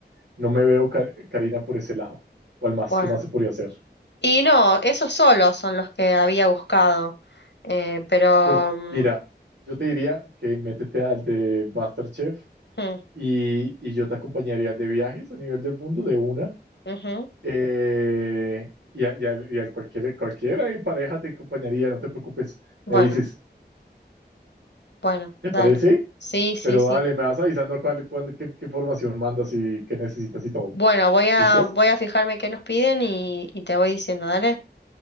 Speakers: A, on the right (about 85°); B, on the left (about 80°).
A: No me veo, Ka- Karina, por ese lado. ¿Cuál más?
B: Bueno,
A: ¿Qué más se podría hacer?
B: y no, esos solos son los que había buscado, eh, pero...
A: Pues
B: mm,
A: mira, yo te diría que métete al de MasterChef
B: mm,
A: y, y yo te acompañaría de viajes a nivel del mundo de una.
B: ujú,
A: eh, y a, y a- y al cualquier, cualquiera en pareja te acompañaría, no te preocupes.
B: Bueno,
A: Me dices,
B: bueno,
A: ¿te
B: dale.
A: parece?
B: Sí, sí,
A: Pero
B: sí.
A: dale, me vas avisando cuál, cuándo- qué, qué formación mandas y qué necesitas y todo.
B: Bueno, voy a,
A: ¿Listo?
B: voy a fijarme qué nos piden y, y te voy diciendo, dale.